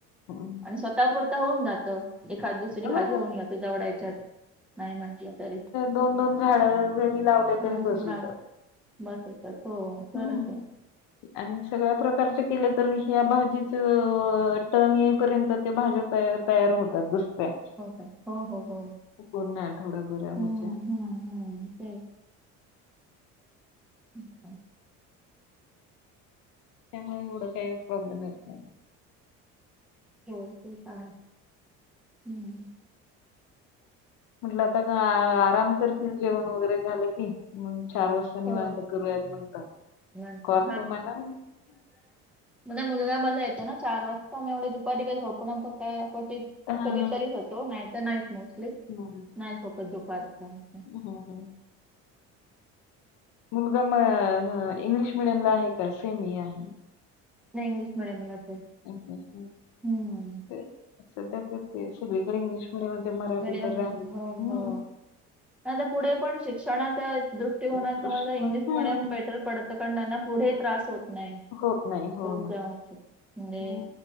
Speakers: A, on the left; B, in the centre.
A: हं,
B: आणि स्वतः पुुरता होऊन जातं. एखाद दुसरी भाजी
A: हो,
B: होऊन जाते. तेवढ्या येच्यात नाही म्हटलं तरी,
A: दोन दोन झाड जरी लावले
B: हा
A: तरी बस
B: लाडू
A: होतात.
B: बस होतात हो खरंच
A: हम
B: आहे
A: <inaudible> आणि सगळ्या प्रकारचे केले तर ह्या भाजीच टर्न येईपर्यंत त्या भाज्या तवर तयार होतात दुसऱ्या,
B: हो का हो हो हो
A: पूर्ण आठवडाभरामध्ये
B: हम्म हम्म हम्म तेच <inaudible>
A: त्यामुळे एवढं काय प्रॉब्लेम येत नाही.
B: हो तू का हम्म
A: म्हटलं आता काय आराम करतील जेवण वगैरे झालं की, मग चार वाजता मग निवंत
B: हो
A: करूया म्हटलं,
B: नंतर
A: काॅल तुम्हाला
B: माझा मुलगा मजेत चार वाजता आम्ही एवढं दुपारी काय झोपणं पण काय
A: हा हा
B: कधी तरीच होतो नाही तर तर नाही मोस्टली
A: हम्म
B: नाही झोपत दुपारच असं,
A: हम्म हम्म मुलगा म इंग्लिश मिडियमला आहे. का सेमी आहे
B: नाही इंग्लिश मिडीयमलाच आहे.
A: अच्छा-अच्छा
B: हम्म
A: सध्यातेच आहे सगळीकडे इंग्लिश पुढे म्हणजे मराठी
B: मिडियमच
A: तर राहिलं
B: हो
A: हम्म
B: हो आता पुढे पण शिक्षणाच्या दृष्टी कोनात
A: दुसरं
B: इंग्लिश
A: हं.
B: मिडियम बेटर पडतं कारण त्यांना पुढे त्रास होत नाही.
A: होत नाही हो
B: पुढच्या
A: ना,
B: वर्षी. म्हणजे
A: हो.